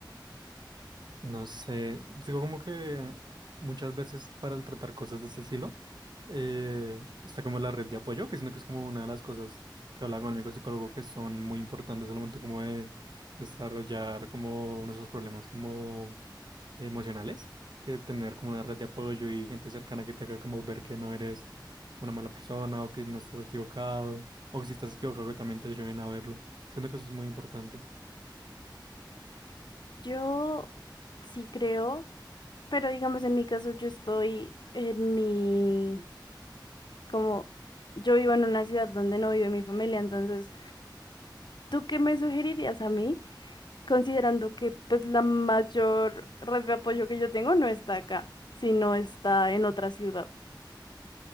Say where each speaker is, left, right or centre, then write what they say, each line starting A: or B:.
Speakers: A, on the right; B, on the left.
A: No sé, digo como que muchas veces para el tratar cosas de ese estilo eh, está como la red de apoyo, que siento que es como una de las cosas que hablaba con mi amigo psicólogo que son muy importantes al momento como de desarrollar como nuestros problemas como emocionales, que tener como una red de apoyo y gente cercana que te haga como ver que no eres una mala persona o que no estás equivocado o que si estás equivocado que también te ayuden a verlo. Siento que eso es muy importante.
B: Yo sí creo, pero digamos, en mi caso, yo estoy en mi, como, yo vivo en una ciudad donde no vive mi familia, entonces, ¿tú qué me sugerirías a mí? considerando que pues la mayor red de apoyo que yo tengo no está acá, sino está en otra ciudad.